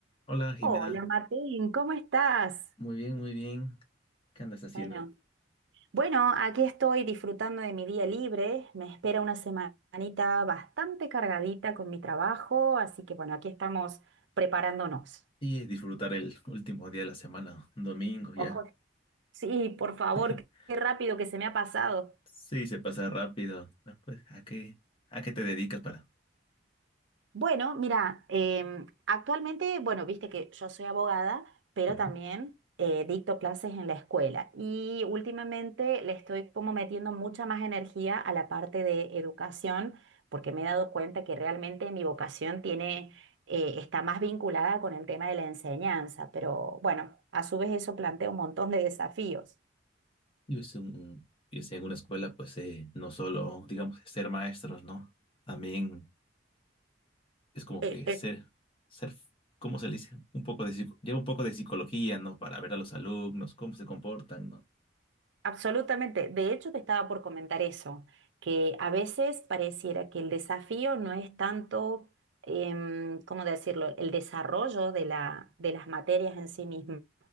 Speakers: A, on the left (about 30°); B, on the right (about 75°).
A: Hola Jimena,
B: Hola Martín, ¿cómo estás?
A: muy bien, muy bien. ¿Qué andas haciendo?
B: Bueno, bueno, aquí estoy disfrutando de mi día libre. Me espera una semanita bastante cargadita con mi trabajo, así que bueno, aquí estamos preparándonos.
A: Sí, disfrutar el último día de la semana, un domingo
B: Ojo,
A: ya.
B: sí, por
A: <laughs>
B: favor, qué rápido que se me ha pasado.
A: Sí, se pasa rápido. Ah, Pues, ¿a qué, a qué te dedicas para?
B: Bueno, mira, em, actualmente, bueno, viste que yo soy abogada, pero
A: Ujú.
B: también eh, dicto clases en la escuela y últimamente le estoy como metiendo mucha más energía a la parte de educación porque me he dado cuenta que realmente mi vocación tiene, eh, está más vinculada con el tema de la enseñanza, pero bueno, a su vez eso plantea un montón de desafíos.
A: Yo es un, yo estoy en una escuela, pues eh, no solo, digamos, ser maestros, ¿no? También es como
B: Eh,
A: que
B: eh,
A: ser, ser, ¿cómo se le dice? Un poco de, psico- lleva un poco de psicología, ¿no? Para ver a los alumnos, cómo se comportan, ¿no?
B: Absolutamente. De hecho, te estaba por comentar eso, que a veces pareciera que el desafío no es tanto, em, ¿cómo decirlo?, el desarrollo de la, de las materias en sí misma,